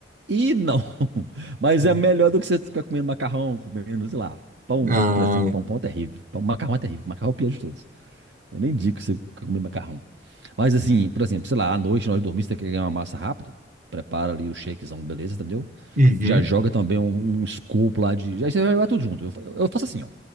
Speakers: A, on the right; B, on the right.
A: e não, <laughs> mas
B: Hum.
A: é melhor do que você ficar comendo macarrão, comendo, sei lá, pão,
B: Ah,
A: por exemplo, pão, pão é terrível, pão, macarrão é terrível, macarrão é o pior de todos. Eu nem digo que você comer macarrão. Mas assim, por exemplo, sei lá, à noite nós dormimos, você quer ganhar uma massa rápido, prepara ali o shakezão, beleza, entendeu?
B: uhum,
A: Já joga também um, um scoop lá de. Aí você vai jogar tudo junto. Eu, fa- eu faço assim, ó.